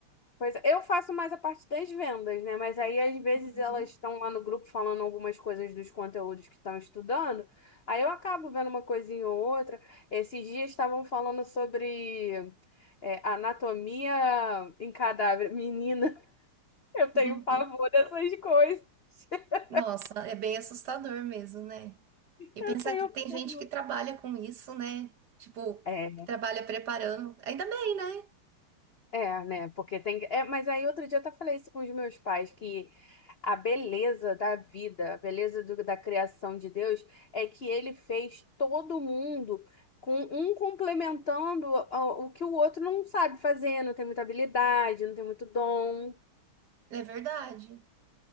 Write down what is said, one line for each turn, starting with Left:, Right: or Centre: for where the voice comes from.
Left: Pois é, eu faço mais a parte das vendas, né? Mas aí às vezes
Right: Uhum.
Left: elas estão lá no grupo falando algumas coisas dos conteúdos que estão estudando. Aí eu acabo vendo uma coisinha ou outra. Esses dias estavam falando sobre é, anatomia em cadáver. Menina, <laughs> eu tenho
Right: <laughs>
Left: pavor dessas coisas. <laughs>
Right: Nossa, é bem assustador mesmo, né? E
Left: Eu
Right: pensar
Left: tenho.
Right: que tem
Left: pavor.
Right: gente que trabalha com isso, né? Tipo,
Left: É,
Right: que trabalha preparando. Ainda bem, né?
Left: É, né? Porque tem. É, mas aí outro dia eu até falei isso com os meus pais, que a beleza da vida, a beleza do- da criação de Deus é que ele fez todo mundo com um complementando a- o que o outro não sabe fazer, não tem muita habilidade, não tem muito dom.
Right: É verdade.